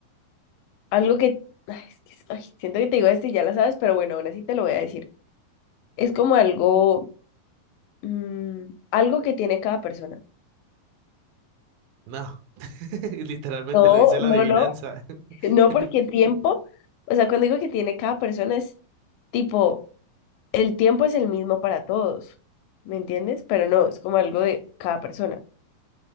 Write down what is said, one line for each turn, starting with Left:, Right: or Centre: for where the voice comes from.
Left: algo que, ay, es que- ay, siento que te digo esto y ya la sabes, pero bueno, aún así te lo voy a decir. Es como algo Mm, algo que tiene cada persona.
Right: no, <laughs> literalmente
Left: No,
Right: lo dice la
Left: no,
Right: adivinanza.
Left: no. No
Right: <laughs>
Left: porque el tiempo, o sea, cuando digo que tiene cada persona es tipo, el tiempo es el mismo para todos, ¿me entiendes? Pero no, es como algo de cada persona.